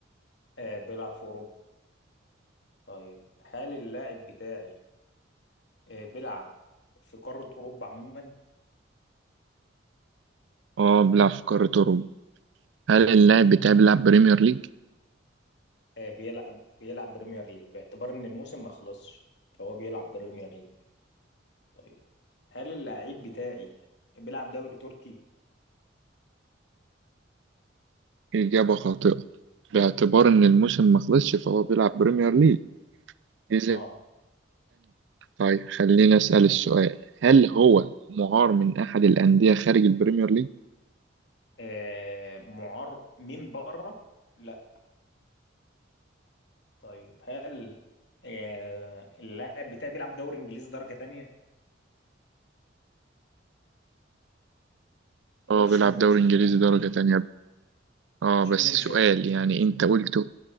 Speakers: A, on the left; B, on the right.
A: آه بيلعب في أوروبا طيب هل اللاعب بتاعي آه بيلعب في قارة أوروبا عموما
B: آه بيلعب في قارة أوروبا هل اللاعب بتاعي بيلعب بريمير ليج؟
A: آه بيلعب بيلعب بريمير ليج باعتبار إن الموسم ما خلصش فهو بيلعب بريمير ليج طيب هل اللاعب بتاعي بيلعب دوري تركي
B: إجابة خاطئة باعتبار إن الموسم ما خلصش فهو بيلعب بريمير ليج إذا
A: اه,
B: طيب خلينا أسأل السؤال هل هو معار من أحد الأندية خارج البريمير ليج؟
A: آه معار من بره لا طيب هل آه اللاعب بتاعي بيلعب دوري إنجليزي درجة تانية اللي
B: اه
A: هو الشامبيونشيب
B: بيلعب دوري إنجليزي
A: يعني
B: درجة تانية اه
A: شامبيونشيب
B: بس سؤال يعني أنت قلته